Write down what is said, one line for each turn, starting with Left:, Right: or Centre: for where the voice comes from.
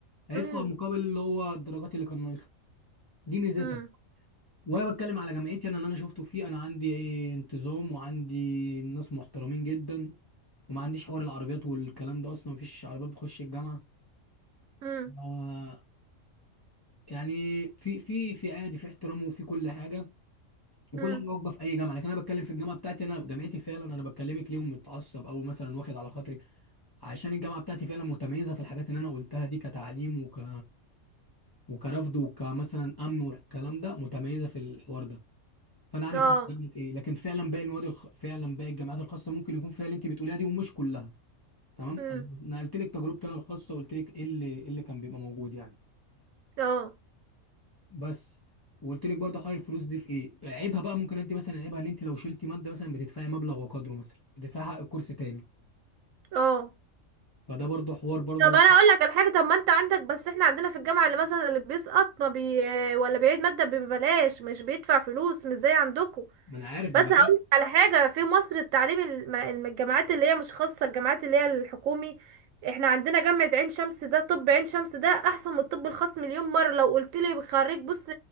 Left: هيدفع
Right: امم
Left: مقابل اللي هو الدرجات اللي كان ناقصها دي ميزتها
Right: امم
Left: وانا بتكلم على جامعتي انا اللي انا شفته فيه انا عندي إيه انتظام وعندي ناس محترمين جدا وما عنديش حوار العربيات والكلام ده اصلا مفيش عربيات بتخش الجامعه
Right: امم
Left: آه يعني في في في عادي في احترام وفي كل حاجه وكل
Right: امم
Left: حاجه واقفه في اي جامعه لكن انا بتكلم في الجامعه بتاعتي انا جامعتي فعلا انا بكلمك ليهم متعصب او مثلا واخد على خاطري عشان الجامعه بتاعتي فعلا متميزه في الحاجات اللي انا قلتها دي كتعليم وك... وكرفض وكمثلا امن والكلام ده متميزه في الحوار ده فانا عارف
Right: اه
Left: أنا جامعه ايه لكن فعلا باقي المواد الخ... فعلا باقي الجامعات الخاصه ممكن يكون فيها اللي انت بتقوليها دي ومش كلها تمام
Right: امم
Left: انا نقلت لك تجربتي انا الخاصه وقلت لك ايه اللي إيه اللي كان بيبقى موجود يعني
Right: اه
Left: بس وقلت لك برضه حوار الفلوس دي في ايه عيبها بقى ممكن ادي مثلا عيبها ان انت لو شلتي ماده مثلا بتدفعي مبلغ وقدره مثلا بتدفعي حق الكورس تاني
Right: اه
Left: فده برضه حوار برضه
Right: طب انا اقول لك الحاجه طب ما انت عندك بس احنا عندنا في الجامعه اللي مثلا اللي بيسقط ما بي ولا بيعيد ماده ببلاش مش بيدفع فلوس مش زي عندكم
Left: ما انا عارف ببقى
Right: بس هقول لك على حاجه في مصر التعليم الم- الم- الجامعات اللي هي مش خاصه الجامعات اللي هي الحكومي احنا عندنا جامعه عين شمس ده طب عين شمس ده احسن من الطب الخاص مليون مره لو قلت لي خريج بص